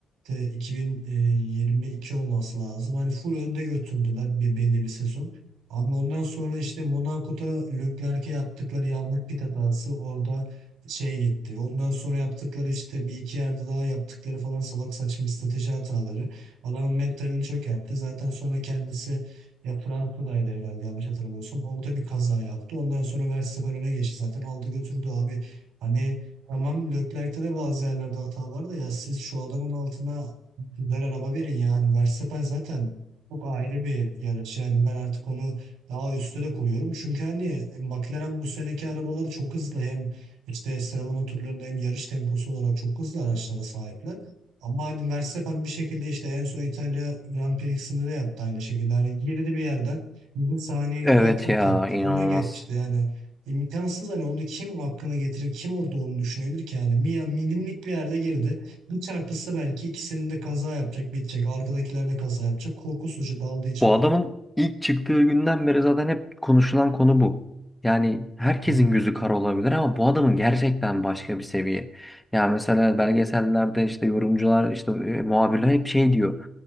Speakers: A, on the right; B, in the centre.
A: de 2022 olması lazım. Hani full önde götürdüler bir belli bir sezon. Abi ondan sonra işte Monaco'da Leclerc'e yaptıkları yanlış pit hatası orada şey gitti. Ondan sonra yaptıkları işte bir iki yerde daha yaptıkları falan salak saçma strateji hataları. Adamın mentalini çökertti. Zaten sonra kendisi ya Fransa'daydı herhalde yanlış hatırlamıyorsam. Orada bir kaza yaptı. Ondan sonra Verstappen öne geçti zaten. Aldı götürdü abi. Hani Tamam Leclerc'te de bazı yerlerde hata var da ya siz şu adamın altına güzel araba verin ya. Hani Verstappen zaten çok ayrı bir yarış. Yani ben artık onu daha üste de koyuyorum. Çünkü hani McLaren bu seneki arabaları çok hızlı. Hem işte sıralama turlarında hem yarış temposu olarak çok hızlı araçlara sahipler. Ama hani Verstappen bir şekilde işte en son İtalya Grand Prix'sinde de yaptı aynı şekilde. Hani girdi bir yerden millisaniyelik
B: Evet
A: bir atak
B: ya
A: yaptı.
B: inanılmaz.
A: Öne geçti yani İmkansız hani onu kim hakkına getirip kim orada onu düşünebilir ki yani. Mia milimlik bir yerde girdi. Bir çarpışsa belki ikisinin de kaza yapacak bitecek. Arkadakiler de kaza yapacak. Korkusuzca daldı içeriye.
B: Bu adamın ilk çıktığı günden beri zaten hep konuşulan konu bu. Yani herkesin
A: Hı hı.
B: gözü kara olabilir ama bu adamın gerçekten başka bir seviye. Yani mesela belgesellerde işte yorumcular, işte e, muhabirler hep şey diyor.